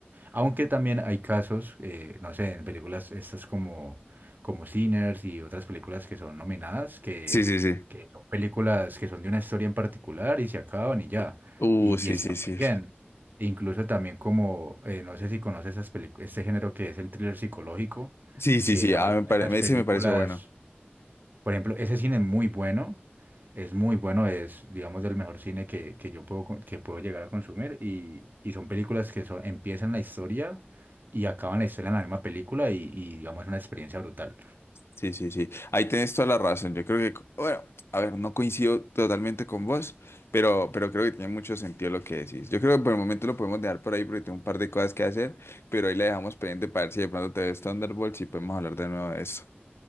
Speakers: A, on the right; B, on the left.
A: aunque también hay casos, eh, no sé, en películas estas como, como Sinners y otras películas que son nominadas, que,
B: Sí, sí, sí.
A: que son películas que son de una historia en particular y se acaban y ya.
B: Uh,
A: Y,
B: sí,
A: y está
B: sí, sí.
A: muy bien. E incluso también como, eh, no sé si conoces esas pelic- este género que es el thriller psicológico,
B: Sí, sí,
A: que
B: sí.
A: la
B: Ah,
A: mayoría
B: me pare-
A: de estas películas...
B: Ese me pareció bueno.
A: Por ejemplo, ese cine es muy bueno, es muy bueno, es, digamos, del mejor cine que, que yo puedo, con- que puedo llegar a consumir y, y son películas que son, empiezan la historia y acaban la historia en la misma película y, y digamos, es una experiencia brutal.
B: Sí, sí, sí. Ahí tenés toda la razón. Yo creo que, co- bueno, a ver, no coincido totalmente con vos, pero, pero creo que tiene mucho sentido lo que decís. Yo creo que por el momento lo podemos dejar por ahí porque tengo un par de cosas que hacer, pero ahí la dejamos pendiente para ver si de pronto te ves Thunderbolts y podemos hablar de nuevo de eso.